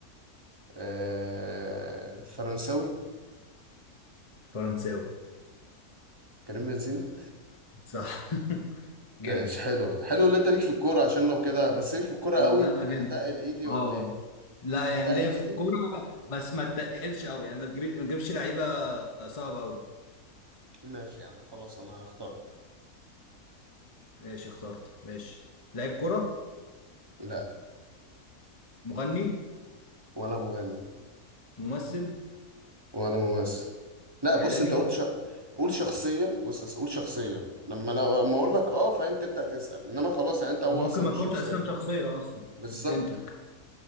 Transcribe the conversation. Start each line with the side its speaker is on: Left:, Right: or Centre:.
Right: آه، فرنساوي
Left: فرنساوي
Right: كريم بنزيما
Left: صح <laughs>
Right: ماشي
Left: جامد
Right: حلو حلو اللي انت ليك في الكورة عشان لو كده بس ليك في الكورة
Left: لا
Right: قوي يعني
Left: جامد
Right: اتقل ايدي
Left: اه
Right: ولا ايه
Left: لا
Right: اتقل
Left: يعني ليه في
Right: ايدي
Left: الكوره بس ما تتقلش قوي يعني ما تجيب- ما تجيبش لعيبه صعبه قوي
Right: ماشي يا عم خلاص انا اخترت
Left: ماشي اخترت ماشي لعيب كوره
Right: لا
Left: مغني
Right: ولا مغني
Left: ممثل
Right: ولا ممثل لا بص
Left: اعلامي
Right: انت قلت ش... قول شخصية بص بس قول شخصية لما انا لما اقول لك اه فاهم تبدأ تسأل انما خلاص يعني انت هو
Left: طب ممكن
Right: اصلا
Left: ما
Right: مش
Left: تكونش
Right: شخصية
Left: اساسا شخصيه اصلا
Right: بالظبط
Left: ف- فهمتك